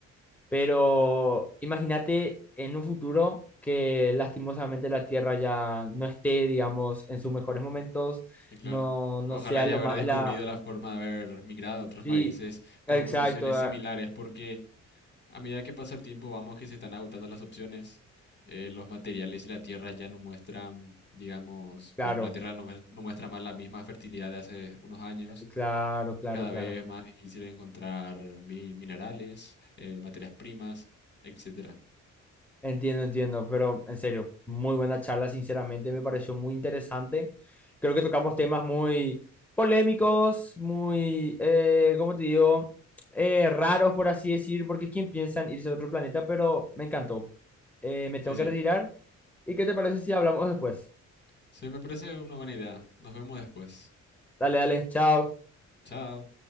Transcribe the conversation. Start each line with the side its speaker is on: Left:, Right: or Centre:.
Centre: Pero imagínate en un futuro que lastimosamente la Tierra ya no esté, digamos, en sus mejores momentos,
Left: y claro.
Centre: no, no
Left: Ojalá
Centre: sea
Left: ya
Centre: lo
Left: haber
Centre: más...
Left: descubrido
Centre: La...
Left: la forma de haber migrado a otros
Centre: Sí,
Left: países con
Centre: exacto,
Left: condiciones
Centre: ah,
Left: similares, porque a medida que pasa el tiempo vamos que se están agotando las opciones. Eh, los materiales y la tierra ya no muestran, digamos,
Centre: claro,
Left: por ejemplo, la tierra no, mues- no muestra más la misma fertilidad de hace unos años.
Centre: claro, claro,
Left: Cada
Centre: claro.
Left: vez más difícil encontrar mi- minerales, eh, materias primas, etcétera.
Centre: Entiendo, entiendo, pero en serio, muy buena charla, sinceramente me pareció muy interesante. Creo que tocamos temas muy polémicos, muy, eh, ¿cómo te digo? Eh, raros, por así decir, porque ¿quién piensa en irse a otro planeta? Pero me encantó. Eh, me
Left: Sí,
Centre: tengo
Left: sí.
Centre: que retirar. ¿Y qué te parece si hablamos después?
Left: Sí, me parece una buena idea. Nos vemos después.
Centre: Dale, dale, chao.
Left: Chao.